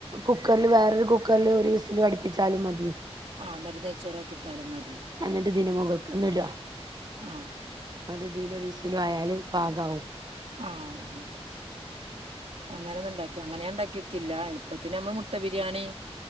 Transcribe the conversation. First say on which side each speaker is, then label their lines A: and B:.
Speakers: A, on the right; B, on the right.
A: കുക്കറില് വേറൊരു കുക്കറിൽ ഒരു വിസിൽ അടിപ്പിച്ചാലും മതി
B: ആന്നൊര നെയ്ച്ചോറ് ആക്കി കിട്ടാലും മതി
A: എനിട്ട് ഇതിന്റെമുകൾക്ക ഒന്നും ഇട്ടാ
B: ആഹ്
A: <unintelligible> വിസിലും ആയാല് പാഗമാവും
B: ആഹ് അങ്ങനെ ഒന്നണ്ടാക്കി ക്ക്‌ അങ്ങനെ ഞാൻ ഉണ്ടാക്കിക്കില്ല എളുപ്പത്തിന് നമ്മള് മുട്ട ബിരിയാണി